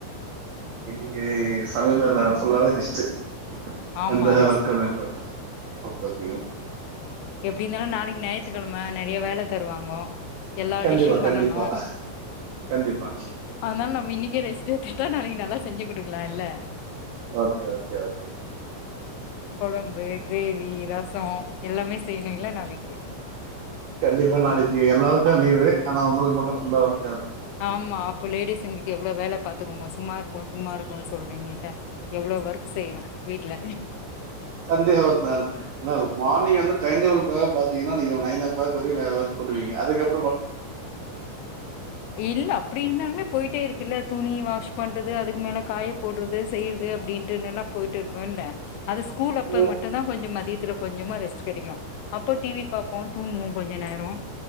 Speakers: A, on the right; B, on the left.
A: இன்னைக்கு சமையல் வேல ஃபுல்லாவே ரெஸ்ட்டு
B: ஆமா
A: எந்த
B: ரெஸ்ட்டு
A: வர்க்கு இல்ல இப்ப ஓகே ஓகே
B: எப்படி இருந்தாலு நாளைக்கு ஞாயித்து கிழமை நிறைய வேலை தருவாங்க ம் ஹ் எல்லா
A: கண்டிப்பா,
B: டிஷ்சூம் பண்ணனு
A: கண்டிப்பா. கண்டிப்பாங்க.
B: அதனால நம்ம இன்னைக்கே ரெஸ்ட் எஸ்டா நாளைக்கு நல்ல செஞ்சு குடுக்லால்ல
A: ஓகே ஓகே ஓகே
B: கொழம்பு கிரேவி ரசம் எல்லாமே செய்யணும்ல்ல நாளைக்கு
A: கண்டிப்பா நாளைக்கு எல்லாருக்கு லீவு ஆனா உங்களுக்கு மட்டு ஃபுல்லா ஒர்கு
B: ஆமா அப்போ லேடிஸ் எங்களுக்கு எவ்ளோ வேலை பாத் பாத்துக்குங்க சும்மா இருக்கோ சும்மா இருக்கோ சொல்றீங்கல்ல எவ்ளோ ஒர்க் செய்யணு வீட்ல
A: சண்டே ஒரு நாள் இல்ல மார்னிங் வந்து டைம் டேபிள் பிரகார பாத்தீங்கன்னா நீங்க நைன் ஓ கிளாக் வரையு வே ஒர்க் பண்ணுவீங்க அதுக்கப்
B: இல்ல அப்படி இருந்தாலுமே போயிட்டே இருக்கு இல்ல துணி வாஷ் பண்றது அதுக்கு மேல காய போடுறது செய்யறது அப்படின்னுட்டு போயிட்டு இருக்கோல்ல அது ஸ்கூல்
A: அது
B: அப்ப மட்டுந்தான் கொஞ்ச மதி அதுல கொஞ்சமா ரெஸ்ட் கிடைக்கு அப்போ டிவி பாப்போ தூங்கோம் கொஞ்ச நேரம்